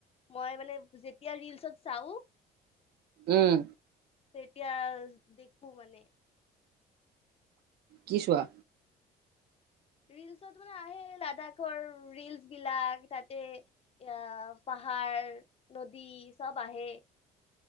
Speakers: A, on the left (about 35°); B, on the right (about 70°).
A: মই মানে যেতিয়া ৰিলচত চাও।
B: উম।
A: তেতিয়া দেখো মানে।
B: কি চোৱা?
A: ৰিলচত মানে আহে লাডাখৰ ৰিলচ বিলাক তাতে অ পাহ পাহাৰ, নদী চব আহে।